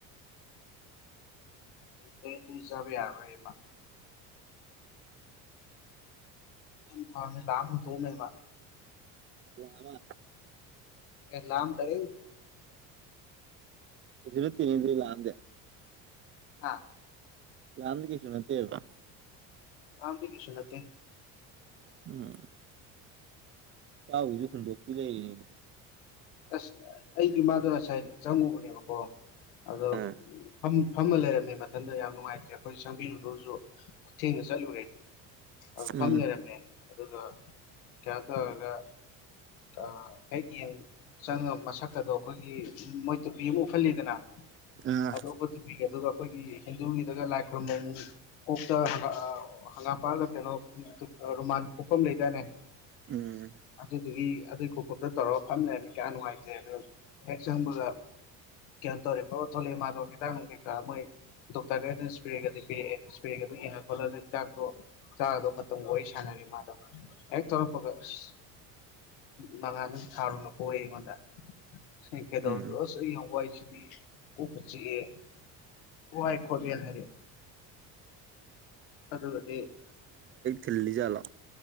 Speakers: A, on the left (about 80°); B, on the right (about 30°).
A: ꯎ ꯇ ꯍ ꯆꯔ ꯌꯥꯔꯣꯏꯃ ꯊꯃꯤ ꯂꯝꯗꯣ ꯃꯃ
B: ꯂꯃ
A: ꯑꯦ ꯂꯝ ꯇꯔꯦ
B: ꯂ ꯇꯤꯟꯅꯤꯗꯤ ꯂꯍꯗꯦ
A: ꯑꯥ
B: ꯥꯟꯗꯒꯤꯁꯨ ꯅ ꯇꯦꯕ
A: ꯔꯝꯗꯤ ꯀꯁꯟꯂꯠꯇꯦ
B: ꯎꯝ ꯇꯥꯎꯏꯁꯨꯦ ꯍꯨꯟꯗꯣꯛꯇꯤ ꯂꯩꯔꯤꯅꯤꯅꯦ
A: ꯑꯁ ꯑꯩꯒꯤꯃꯗꯣ ꯉꯁꯥꯏ ꯆꯪꯉꯨꯕꯅꯦꯕꯀꯣ ꯑꯗꯣ
B: ꯑꯥ
A: ꯐꯝ ꯐꯝꯃ ꯂꯩꯔꯝꯃꯦ ꯃꯊꯟꯗ ꯌꯥꯝ ꯅꯨꯡꯉꯥꯏꯇ꯭ꯔꯦ ꯑꯩꯈꯣꯏ ꯆꯪꯕꯤꯔꯨꯗꯁꯨ ꯈꯨꯊꯦꯡꯗ ꯆꯠꯂꯨꯔꯦ ꯑꯗꯨ ꯐꯝꯅꯔꯝꯃꯦ
B: ꯎꯝ
A: ꯑꯗꯨꯒꯒ ꯈꯇꯑꯒ ꯑ ꯍꯦꯒ ꯌꯦ ꯆꯪꯉ ꯃꯁꯛ ꯑꯗꯣ ꯑꯩꯈꯣꯏꯒꯤ ꯃꯣꯏ ꯇꯨꯄꯤ ꯑꯃ ꯎꯍꯜꯂꯤꯗꯅ
B: ꯑꯥ
A: ꯑꯗꯨ ꯄꯦ ꯑꯗꯨꯒ ꯑꯩꯈꯣꯏꯒꯤ ꯍꯤꯟꯗꯨꯒꯤꯗꯒ ꯂꯥꯏ ꯈꯨꯣꯏꯔꯨꯝꯕ ꯑꯃꯨꯛ ꯎ ꯍ ꯍꯒꯥꯄꯥ ꯀꯩꯅꯣ ꯔꯣꯃꯥꯟ ꯀꯣꯛꯐꯝ ꯂꯩꯗꯅꯦ
B: ꯎꯝ
A: ꯑꯗꯨꯗꯨꯒꯤ ꯑꯗꯨꯏ ꯈꯨꯀꯨꯞꯇ ꯇꯧꯔꯒ ꯐꯝ ꯂꯩꯅꯦ ꯀꯌꯥ ꯅꯨꯡꯉꯥꯏꯖꯦ ꯑꯗꯨꯣ ꯍꯦꯛ ꯆꯪꯕꯒ ꯀꯍꯟꯇꯔꯦ ꯄꯣꯊ ꯃꯥ ꯍ ꯇꯅꯅꯨꯡꯀ ꯃꯣꯏ ꯗꯣꯛꯇꯔꯒꯩ ꯑꯗꯨꯣ ꯏꯁꯄꯔꯦꯒꯗꯤ ꯄꯤꯛꯦ ꯏꯁꯄꯔꯦꯒꯗꯨ ꯌꯦꯡꯉ ꯈꯣꯠꯂꯒ ꯍꯤꯗꯥꯛꯇꯣ ꯆꯥꯗꯧ ꯃꯇꯝ ꯋꯥꯔꯤ ꯁꯥꯟꯅꯔꯤ ꯃꯥꯗꯣ ꯍꯦꯛ ꯇꯧꯔꯛꯄꯒ ꯑꯁ ꯃꯉꯥ ꯅꯪ ꯊꯥꯔꯨꯅꯣ ꯍꯣꯏ ꯑꯩꯉꯣꯟꯗ ꯍ ꯀꯩꯗꯧꯔꯤꯒꯦ
B: ꯎꯝ
A: ꯑꯁ ꯑꯩ ꯌꯥꯎ ꯋꯥ ꯍꯥꯏꯁꯤꯗꯤ ꯀ ꯆꯤꯛꯑꯦ ꯋꯥꯏ ꯈꯣꯠꯂꯦꯅ ꯍꯥꯏꯔꯛꯦ ꯑꯗꯨ ꯑꯗ
B: ꯈꯜꯂꯤꯖꯂ